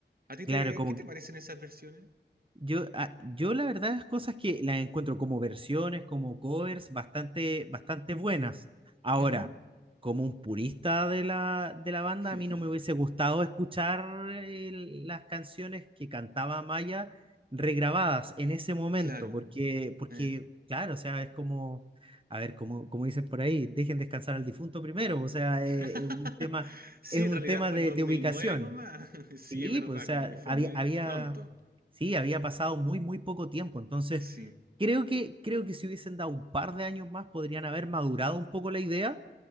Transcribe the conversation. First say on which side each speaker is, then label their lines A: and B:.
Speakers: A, on the right; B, on the right.
A: ¿A ti
B: Claro,
A: te,
B: como
A: qué te parecen esas versiones?
B: Yo, ah, yo la verdad las cosas que las encuentro como versiones, como covers, bastante, bastante buenas. Ahora,
A: Ujú.
B: como un purista de la, de la banda,
A: <laughs>
B: a mí no me hubiese gustado escuchar eh, las canciones que cantaba Maya regrabadas en ese momento,
A: Claro.
B: porque, porque
A: eh.
B: claro, o sea, es como, a ver, como, como dicen por ahí, dejen descansar al difunto primero, o sea, eh,
A: <laughs>
B: es un tema,
A: Sí,
B: es un
A: en realidad
B: tema
A: fue
B: de
A: el 2009
B: de ubicación.
A: nomás. <laughs> Sí,
B: Sí,
A: es verdad,
B: pues, o sea,
A: como que fue
B: había,
A: muy
B: había,
A: pronto.
B: sí, había pasado muy, muy poco tiempo. Entonces,
A: Sí.
B: creo que, creo que si hubiesen dado un par de años más, podrían haber madurado un poco la idea,